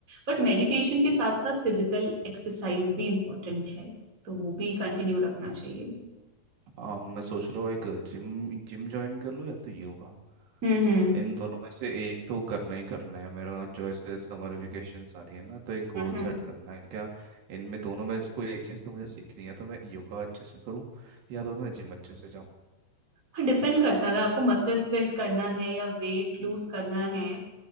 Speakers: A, on the right (about 20°); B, on the right (about 80°).
A: बट मेडिटेशन के साथ साथ फिजिकल एक्सरसाइज भी इम्पोर्टेंट है तो वो भी कंटिन्यू रखना चाहिए
B: हाँ मैं सोच रहा हूँ एक जिम जिम ज्वाइन कर लूँ या तो योगा
A: हम्म हम्म
B: इन दोनों में से एक तो करना ही करना है मेरा जो ऐसे समर वेकेशंस आ रही है ना तो एक गोल
A: हम्म, हम्म।
B: सेट करना है क्या इनमें दोनों में से कोई एक चीज़ तो मुझे सीखनी है तो मैं योगा अच्छे से करूँ या तो मैं जिम अच्छे से
A: हाँ डिपेंड करता है अगर आपको मसल्स बिल्ड करना है या वेट लूज करना है